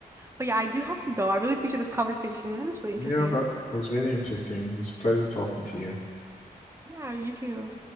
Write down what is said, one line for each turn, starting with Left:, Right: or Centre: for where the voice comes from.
Right: But yeah, I do have to go. I really appreciate this conversation. It was really
Left: Yeah,
Right: interesting.
Left: that was really interesting. It was a pleasure talking to you.
Right: Yeah, you too.